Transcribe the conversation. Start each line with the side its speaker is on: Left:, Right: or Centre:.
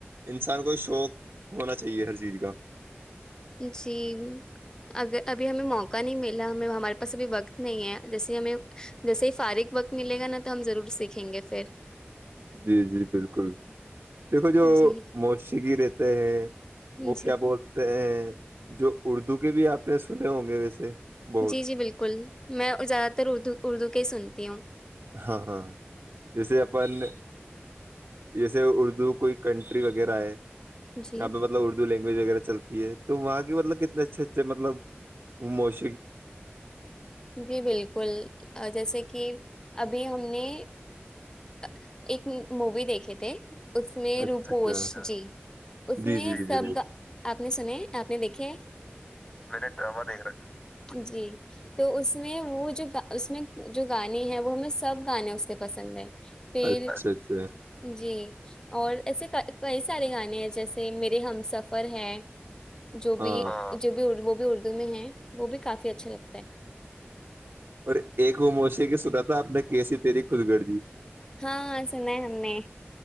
Right: انسان کو شوق ہونا چاہیے ہر چیز کا
Left: جی اگر ابھی ہمیں موقع نہیں ملا ہمیں ہمارے پاس ابھی وقت نہیں ہے جیسے ہمیں جیسے ہی فارغ وقت ملے گا نا تو ہم ضرور سیکھیں گے پھر
Right: جی جی بالکل دیکھو جو
Left: جی
Right: موسیقی رہتے ہیں
Left: جی
Right: وہ کیا بولتے ہیں جو اردو بھی آپ نے سنے ہوں گے ویسے بہت
Left: جی جی بالکل میں زیادہ تر اردو اردو کے ہی سن تی
Right: ہاں ہاں جیسے اپن جیسے اردو جو کوئی کنٹری وغیرہ ہے
Left: جی
Right: جہاںہ مطلب اردو لے چلتی ہے تو وہاں م کتنے اچھے اچھے مبوش
Left: جی بالکل جیسے کہ ابھی ہم نے <unintelligible> ایک مووی دیکھے تھے اس میں
Right: اچھا
Left: روپوش
Right: اچھا
Left: جی اس
Right: جی
Left: میں
Right: جی جی
Left: سب
Right: بالکل
Left: کا آپ آپ نے سنے آپ نے دیکھے میں نے ڈرامہ دیکھ رکھا جی تو اس میں وہ جو اس میں جو گانے ہیں وہ ہمیں سب گانے اس سے پسند ہیں
Right: ہے۔
Left: پھر
Right: اچھا اچھا
Left: جی اور ایسے کا کئی سارے گانے ہیں جیسے میرے ہم سفر ہے جو
Right: ہاں
Left: بھی جو بھی وہ بھی اردو میں ہے وہ بھی کافی اچھا لگتا ہے پ
Right: اور ایک وہ موشی کے سنا تھا اپنے کیسی تیری خھود گر جی
Left: ہاں سنا ہم نے